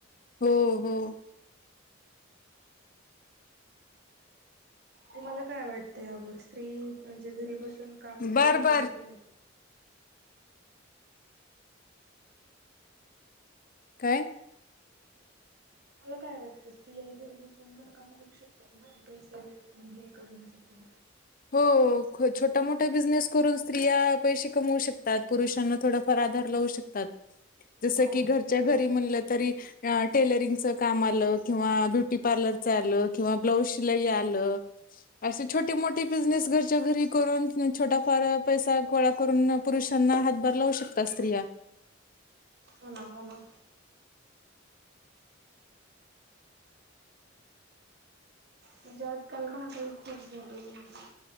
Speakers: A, on the left (about 45°); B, on the right (about 55°).
A: हो हो.
B: तुम्हाला काय वाटतं यावर स्त्री म्हणजे घरी बसून काम
A: बर
B: केलं पाहिजे
A: बर
B: की नाही?
A: काय
B: तुम्हाला काय वाटतं स्त्रीया ही घरी बसुन घरकाम करू शकतात ना पैसे वे हे करण्यासाठी.
A: हो खो छोटा मोठा बिझनेस करून, स्त्रिया पैसे कमवू शकतात. पुरुषांना थोडं, पर आधार लाऊ शकतात जसं
B: हो
A: की
B: ना
A: घरच्या घरी म्हटलं तरी टेलरिंगचं काम आलं, किंवा ब्युटी पार्लरचं आलं, किंवा ब्लाऊज शिलाई आलं. अशे छोटे-मोठे बिझनेस घरच्या घरी करून छोटाफार पैसा गोळा करून पुरुषांना हातभार लावू शकता स्त्रिया.
B: हो ना, हो ना. म्हणजे आजकाल महागाई खूप झालेली आहे.